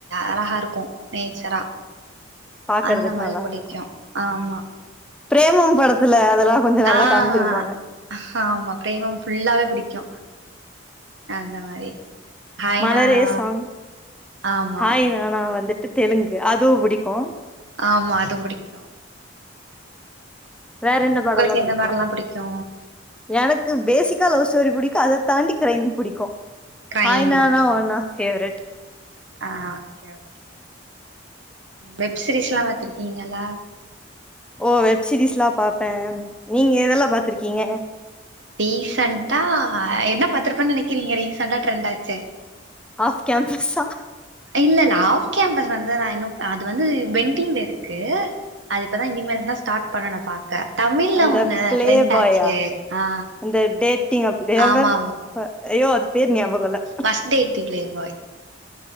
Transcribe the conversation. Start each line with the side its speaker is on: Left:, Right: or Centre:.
Right: அழகா இருக்கு நேச்சரா
Centre: பாக்கறதுக்கு
Right: அந்த மாரி
Centre: நல்லா
Right: புடிக்கு
Centre: இருக்கு
Right: ஆமா
Centre: பிரேமம் படத்துல அதெல்லா கொஞ்ச நல்லா
Right: ஆஹா
Centre: காமிச்சிருப்பாங்க
Right: ஹாமா பிரேமம் ஃபுல்லாவே புடிக்கு அந்த மாரி ஹாய்
Centre: மலரே
Right: நானா
Centre: சாங்
Right: ஆமா
Centre: ஹாய் நானா வந்துட்டு தெலுங்கு அதுவு புடிக்கு
Right: ஆமா அதும் புடிக்
Centre: வேற என்ன பாடோலா
Right: உங்களுக்கு
Centre: புடிக்கு
Right: எந்த மாரிலா புடிக்கு
Centre: எனக்கு பேசிக்கா லவ் ஸ்டோரி புடிக்கு அத தாண்டி கிரைம் புடிக்கு
Right: கிரைம்
Centre: ஹாய்னானா
Right: ஓகே
Centre: ஒன் ஆஃப் ஃபேவரட்
Right: ஆ ஓகே ஓகே வெப் சீரிஸ்ல்லா பாத்திருக்கீங்களா
Centre: ஓ வெப் சீரிஸ்லா பாப்பே நீங்க எதெல்லா பாத்துருக்கீங்க
Right: டிசன்டா என்ன பாத்திருப்பன்னு நெனக்கிறீங்க ரீசெண்டா ட்ரெண்ட் ஆச்சே
Centre: ஆஃப் கேம்பஸ்ஸா
Right: இல்ல இல்ல ஆஃப் கேம்பஸ் வந்து நா இன்னு ப அது வந்து பென்டிங்ல இருக்கு அது இப்பதா இனிமேல் தா ஸ்டார்ட் பண்ணனு பாக்க தமிழ்ல
Centre: அந்த
Right: ஒண்ணு
Centre: பிளே
Right: ட்ரெண்ட்
Centre: பாயா
Right: ஆச்சு ஆ
Centre: அந்த டேட்டிங் அப் தேவர்
Right: ஆமா
Centre: ஃப அய்யோ அது பேர் ஞாபகோ இல்ல
Right: ஃபஸ்ட் டேட்டு பிளேபாய்